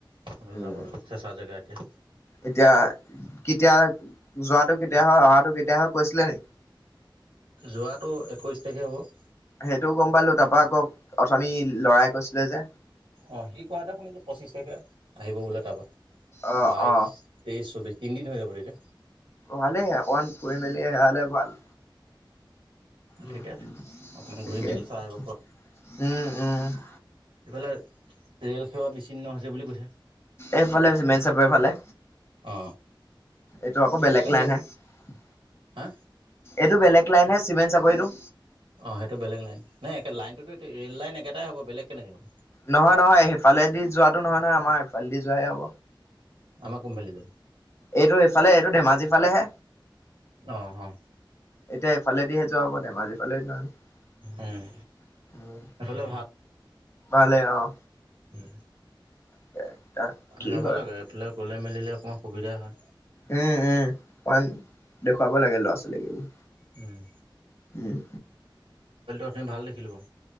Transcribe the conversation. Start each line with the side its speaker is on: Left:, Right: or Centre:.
Right: আচলতে
Left: উম
Right: যাব লাগে চেঁচা জেগা এতিয়া।
Left: এতিয়া কেতিয়া যোৱাটো কেতিয়া হয় অহাটো কেতিয়া হয় কৈছিলে।
Right: যোৱাটো একৈশ তাৰিখে হ'ব।
Left: সেইটো গম পালোঁ তাৰপৰা আকৌ অথনি লৰাই কৈছিলে যে।
Right: অ সি কোৱাতো শুনিছোঁ পঁচিশ তাৰিখে আহিব বোলে তাৰপৰা
Left: অ
Right: বাইশ
Left: অ
Right: তেইশ চৌবিশ। তিনিদিন হৈ যাব তেতিয়া।
Left: ভালেইহে অকমান ফুৰি মেলি আহিলে ভাল। উম
Right: ঠিকে আছে
Left: উম
Right: অকণমান
Left: ঠিকে
Right: ঘূৰি মেলি
Left: উম
Right: চাই আহিব
Left: উম।
Right: সেইফালে ৰেল সেৱা বিচ্ছিন্ন হৈছে বুলি কৈছে।
Left: এইফালে আছে মেইন চাপৰিৰ ফালে।।
Right: অ
Left: এইটো আকৌ
Right: তেতিয়ালৈ
Left: বেলেগ লাইনহে।
Right: হয় হা
Left: এইটো বেলেগ লাইনহে সিমেন চাপৰিটো।
Right: অ সেইটো বেলেগ লাইন নাই একে লাইনটোতো ৰেল লাইন একেটাই হ'ব বেলেগ কেনেকে হ'ব।
Left: নহয় নহয় সিফালেদি যোৱাতো নহয় নহয় আমাৰ এইফালেদি যোৱাহে হব।
Right: আমাৰ কোম্পানীটো।
Left: এইটো এইফালে এইটো ধেমাজিৰ ফালেহে
Right: অ অ
Left: এতিয়া এইফালেদি। যোৱা হব ধেমাজী। <unintelligible>
Right: উম।
Left: উম
Right: সেইফালে
Left: ভালে আৰু।
Right: উম।
Left: <unintelligible> কি
Right: যাব
Left: হয়
Right: লাগে, এইফালে গলে মেলিলে অকণমান সুবিধা হয়
Left: উম উম, অকণ দেখুৱাব লাগে ল'ৰা ছোৱালীক এইবোৰ।
Right: উম
Left: উম,
Right: অথনি ভাল দেখিলোঁ বাৰু